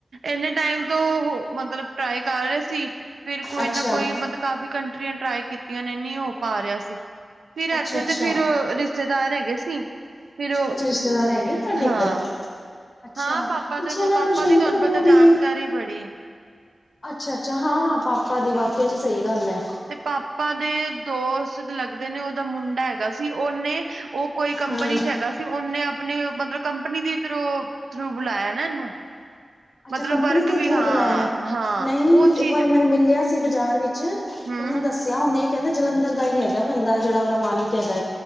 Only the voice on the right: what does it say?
ਇਨੇ ਟਾਈਮ ਤੋਂ ਮਤਲਬ ਟਰਾਈ ਕਰ ਰਹੇ ਸੀ, ਫਿਰ ਕੋਈ
ਨਾ ਕੋਈ ਮਤਲਬ ਕਾਫੀ ਕੰਟਰੀਆਂ ਟਰਾਈ ਕੀਤੀਆਂ ਨੇ, ਨੀ ਹੋ ਪਾ ਰਿਹਾ ਸੀ ਫਿਰ
ਇੱਥੇ ਤੇ
ਫਿਰ ਰਿਸ਼ਤੇਦਾਰ ਹੈਗੇ ਸੀ। ਫਿਰ ਉਹ
ਹਾਂ,
ਹਾਂ ਪਾਪਾ
ਦੇ
ਪਾਪਾ
ਦੀ
ਤੁਹਾਨੂੰ ਪਤਾ
ਜਾਣਕਾਰੀ ਬੜੀ ਹੈ।
ਤੇ ਪਾਪਾ ਦੇ ਦੋਸਤ ਲੱਗਦੇ ਨੇ ਉਹਦਾ ਮੁੰਡਾ ਹੈਗਾ ਸੀ ਉਹਨੇ ਉਹ ਕੋਈ ਕੰਪਨੀ
'ਚ ਹੈਗਾ ਸੀ ਉਹਨੇ ਆਪਣੇ ਮਤਲਬ ਕੰਪਨੀ ਦੇ ਰੂ ਥਰੂ ਬੁਲਾਇਆ ਨਾ ਇਹਨੂੰ
ਮਤਲਬ
ਵਰਕ
ਵੀ
ਹਾਂ
ਹਾਂ
ਉਹ ਚੀਜ਼
ਹਮ